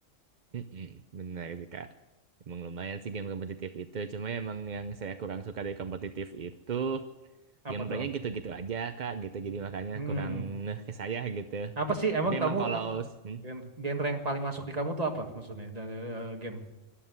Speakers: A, on the right; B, on the right.
A: Mm-mm. Benar sih Kak. Emang lumayan sih game kompetitif itu. Cuma emang yang saya kurang suka dari kompetitif itu
B: Apa
A: gameplaynya
B: tuh?
A: gitu-gitu aja kak gitu jadi makanya
B: Mm,
A: kurang ngeh ke saya gitu
B: apa sih emang
A: tapi
B: kamu
A: emang kalau
B: uh,
A: hmm,
B: gen- genre yang paling masuk di kamu tuh apa maksudnya dari uh, game?